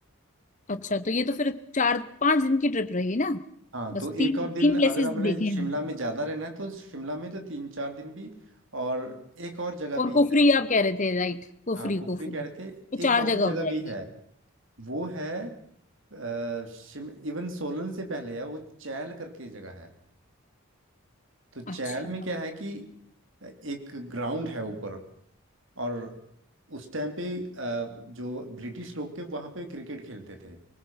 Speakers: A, on the left (about 35°); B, on the right (about 65°).
A: अच्छा तो ये तो फिर चार पांच दिन की ट्रिप रही ना
B: हाँ
A: बस
B: तो
A: तीन
B: एक और दिन
A: तीन प्लेसेस
B: अगर आपने
A: देखे
B: शिमला
A: हैं
B: में ज़्यादा रहना है तो शिमला में तो तीन चार दिन भी और एक और जगह
A: और
B: भी
A: कुफरी
B: है
A: आप कह रहे थे राइट कुफरी
B: हाँ कुफरी
A: कुफरी
B: कह रहे थे
A: तो चार
B: एक और
A: जगह
B: जगह
A: हो जाएगी
B: भी है वो है अ, शिम इवन सोलन से पहले है वो चैल करके जगह है तो चैल
A: अच्छा
B: में क्या है कि एक ग्राउंड है ऊपर और उस टाइम पे अ, जो ब्रिटिश लोग थे वहां पे क्रिकेट खेलते थे